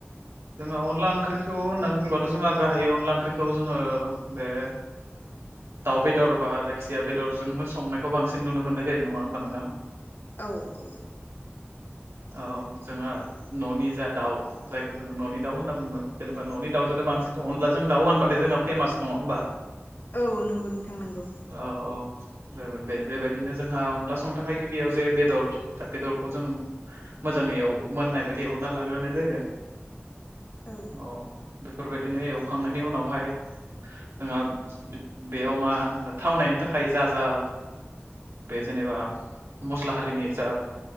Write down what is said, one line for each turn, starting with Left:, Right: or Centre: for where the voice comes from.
Right: जोंहा अनला ओंख्रिखौ होननानै बुंबा जोंहा गाहायै अनला ओंख्रिखौ जोङो बे दाउ बेदर बा जायखिजाया बेदरजोंबो संनायखौ बांसिन नुनो मोननाय जायो नङा होमबा नोंथां
Left: औ औ
Right: औ जोंहा न'नि जा दाउ जायखौ जोङ न'नि दाउ होनना बुङो जेनेबा'नि दाउजोंनो बांसिन अनलाजों दाउ होनबाथाय जोंहा फेमास नङा होमबा
Left: औ नंगौ नोंथां नंगौ
Right: औ औ बे बेबायदिनो जोंहा अनला संनो थाखाय गिबियाव जे बेदर दा बेदरखौ जों मोजाङै एव मोननाय बायदि एवना लाग्रोनाय जायो
Left: औ
Right: अ बेफोरबायदिनो एवखांनायनि उनावहाय जोंहा बेयाव मा होनो थावनायनि थाखाय जा जा बे जेनेबा मस्ला हारिनि जा